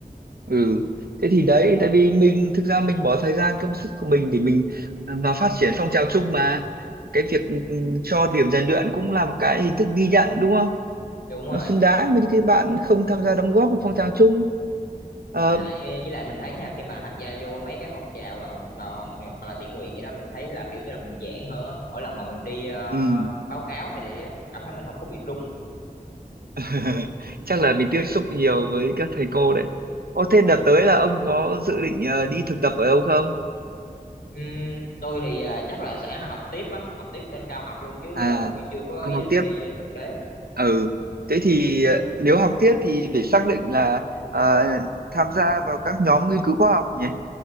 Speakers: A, on the right; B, on the left.
A: ừ thế thì đấy tại vì mình thực ra mình bỏ thời gian công sức của mình để mình ờ, vào phát triển phong trào chung mà cái việc ừ, ừ, cho điểm rèn luyện cũng là một cái hình thức ghi nhận đúng không
B: đúng rồi
A: nó xứng đáng với những cái bạn không tham gia đóng góp vào phong trào chung Ờ,
B: với lại với lại mình thấy nha khi mà tham gia vô mấy cái phong trào đoàn đoàn hoặc là thiện nguyện gì đó mình thấy là kiểu như là mình dạng hơn á mỗi lần mà mình đi ờ,
A: ừ.
B: báo cáo hay gì á cảm thấy mình không có bị run
A: <laughs> Chắc là mình tiếp xúc nhiều với các thầy cô đấy. Ô, thế đợt tới là ông có dự định ờ, đi thực tập ở đâu không?
B: Ừm, tôi thì à, chắc là sẽ học tiếp á, học tiếp lên cao học luôn chứ
A: À,
B: à, tôi chưa có
A: ông
B: ý
A: học
B: định
A: tiếp
B: đi à, thực tế.
A: ừ thế thì ờ, nếu học tiếp thì phải xác định là ờ, tham gia vào các nhóm nghiên cứu khoa học nhỉ